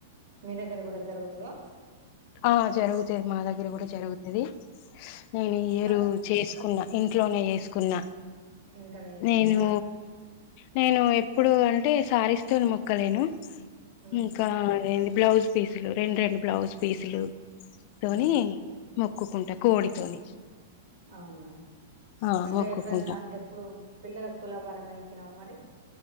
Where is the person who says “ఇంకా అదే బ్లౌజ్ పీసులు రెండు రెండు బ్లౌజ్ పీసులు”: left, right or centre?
Left